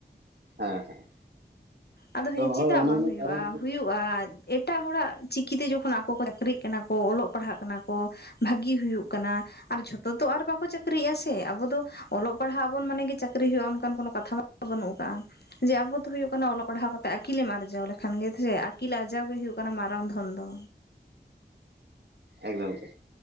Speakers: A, on the right; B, on the left.
A: ᱦᱮᱸ ᱦᱮᱸ
B: ᱟᱫᱚ ᱦᱮᱸ ᱪᱮᱫᱟᱜ
A: ᱦᱳᱭ ᱚᱱᱮ
B: ᱵᱟᱝ
A: ᱚᱱᱟ
B: ᱦᱩᱭᱩᱜᱼᱟ
A: ᱠᱟᱨᱚᱱ ᱛᱮ
B: ᱦᱩᱭᱩᱜ? ᱮᱴᱟᱜ ᱦᱚᱲᱟᱜ ᱪᱤᱠᱤᱛᱮ ᱡᱚᱠᱷᱚᱱ ᱟᱠᱚ ᱠᱚ ᱪᱟᱹᱠᱨᱤᱜ ᱠᱟᱱᱟ ᱠᱚ ᱚᱞᱚᱜ ᱯᱟᱲᱦᱟᱜ ᱠᱟᱱᱟ ᱠᱚ ᱵᱷᱟᱹᱜᱤ ᱦᱩᱭᱩᱜ ᱠᱟᱱᱟ ᱟᱨ ᱡᱷᱚᱛᱚ ᱫᱚ ᱟᱨ ᱵᱟᱠᱚ ᱪᱟᱹᱠᱨᱤᱭᱜᱼᱟ ᱥᱮ ᱟᱵᱚ ᱫᱚ ᱚᱞᱚᱜ ᱯᱟᱲᱦᱟᱜ ᱟᱵᱚᱱ ᱢᱟᱱᱮ ᱜᱤ ᱪᱟᱹᱠᱨᱤ ᱦᱩᱭᱩᱜᱼᱟ ᱚᱱᱠᱟᱱ ᱠᱚᱱᱳ ᱠᱟᱛᱷᱟ ᱫᱚ ᱵᱟᱹᱱᱩᱜ ᱟᱠᱟᱜᱼᱟ ᱡᱮ ᱟᱵᱚ ᱫᱚ ᱦᱩᱭᱩᱜ ᱠᱟᱱᱟ ᱚᱞᱚᱜ ᱯᱟᱲᱦᱟᱣ ᱠᱟᱛᱮᱫ ᱟᱹᱠᱤᱞᱮᱢ ᱟᱨᱡᱟᱣ ᱞᱮᱠᱷᱟᱱ ᱜᱮ ᱥᱮ ᱟᱹᱠᱤᱞ ᱟᱨᱡᱟᱣ ᱜᱮ ᱦᱩᱭᱩᱜ ᱢᱟᱨᱟᱝ ᱫᱷᱚᱱ ᱫᱚ
A: ᱮᱠᱫᱚᱢ ᱜᱮ